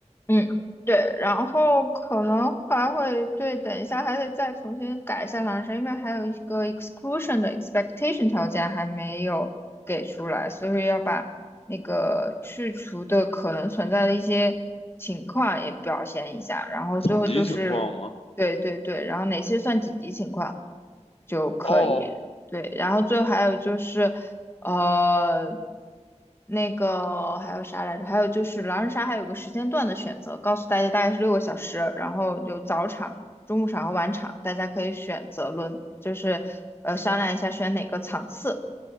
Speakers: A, on the left; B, on the left.
A: 嗯，对，然后可能还会对，等一下还得再重新改一下男生，因为还有一个 exclusion 的 expectation 条件还没有给出来，所以要把那个去除的可能存在的一些情况也表现一下，然后最后就是，
B: 紧急情况吗？
A: 对对对，然后哪些算紧急情况就可以，
B: 哦，
A: 对，然后最后还有就是。呃，那个还有啥来着？还有就是狼人杀还有个时间段的选择，告诉大家大概是六个小时，然后有早场、中午场和晚场，大家可以选择轮，就是呃商量一下选哪个场次。